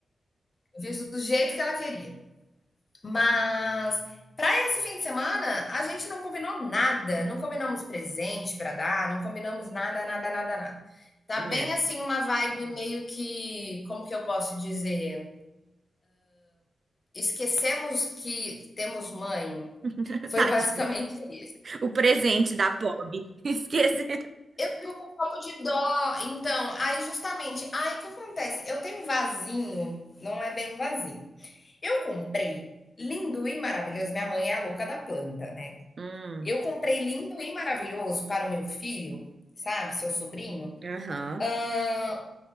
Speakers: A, on the left; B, on the right.
A: Eu fiz do jeito que ela queria. Mas para esse fim de semana, a gente não combinou nada. Não combinamos presente para dar, não combinamos nada, nada, nada, nada. Tá bem
B: É.
A: assim uma vibe meio que, como que eu posso dizer, Esquecemos que temos mãe.
B: <laughs>
A: Foi
B: Tadinho.
A: basicamente isso.
B: O presente da pobre. <laughs> Esqueci.
A: Eu fico com um pouco de dó. Então, aí justamente, aí o que acontece? Eu tenho um vasinho, não é bem um vasinho. Eu comprei lindo e maravilhoso. Minha mãe é a louca da planta, né?
B: Hum,
A: Eu comprei lindo e maravilhoso para o meu filho, sabe, seu sobrinho,
B: aham.
A: Hã,